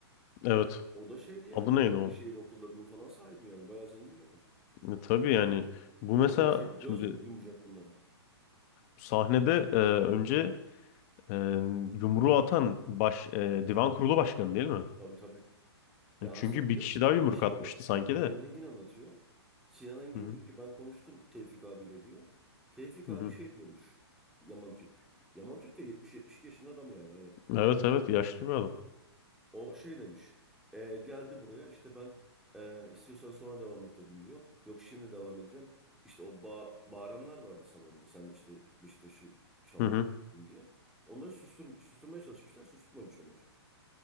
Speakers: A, on the left; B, in the centre.
A: Evet
B: O da şeydi yani
A: adı
B: o
A: neydi
B: Bahçeşehir
A: o?
B: okullarının falan sahibi yani bayağı zengin bir adam.
A: E, tabii yani bu
B: Hani
A: mesela
B: o şey göz
A: şimdi
B: mü yumacak bunlara?
A: sahnede e, önce e, yumruğu atan baş e, divan kurulu başkanı değil mi?
B: Tabii tabii. Ya
A: E, Çünkü
B: Hasan diyor
A: bir kişi
B: ki
A: daha yumruk
B: demiş
A: atmıştı
B: ki o
A: sanki de.
B: Sinan Engin anlatıyor. Sinan Engin
A: Hı hı,
B: diyor ki ben konuştum Tevfik abiyle diyor. Tevfik
A: hı
B: abi
A: hı.
B: şey diyormuş Yaman Türk. Yaman Türk de yetmiş 72 yaşında adam yani hani
A: Evet evet yaşlı bir adam.
B: O şey demiş. "E, geldi buraya işte ben e, istiyorsan sonra devam et dedim diyor. Yok şimdi devam edeceğim. İşte o ba bağıranlar vardı salonda. Sen işte Beşiktaş'ı çaldın
A: Hı hı.
B: çektin diye. Onları sustur susturmaya çalışmışlar. Susturmamış onlar.